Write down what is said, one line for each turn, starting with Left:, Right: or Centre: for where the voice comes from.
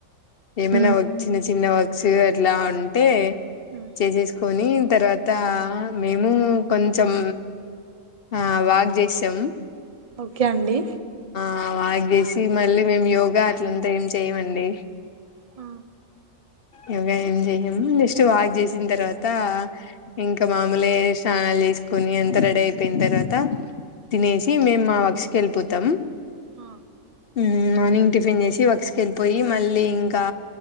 Left: ఏమైనా
Right: ఉమ్,
Left: ఒక చిన్న చిన్న వర్క్స్ అట్లా ఉంటే
Right: ఉమ్,
Left: చేసేసు కొని తర్వాత మేము కొంచెం ఆ వాక్ చేస్తాం
Right: ఓకే అండి
Left: ఆ వాక్ చేసి మళ్ళీ మేం యోగా అట్లంతా ఏం చెయమండి
Right: ఆ
Left: యోగా ఏం చెయ్యము నెక్స్ట్ వాక్ చేసిన తర్వాత ఇంకా మామూలే స్నానాలు చేసుకు కొని అంత రడి అయిపోయిన తర్వాత తినేసి
Right: ఉమ్,
Left: మేము మా వర్క్స్ కి వెళ్ళిపోతాం
Right: ఆ
Left: ఉమ్ మార్నింగ్ టిఫిన్ చేసి వర్క్స్కె కెళ్ళిపోయి మళ్ళీ ఇంకా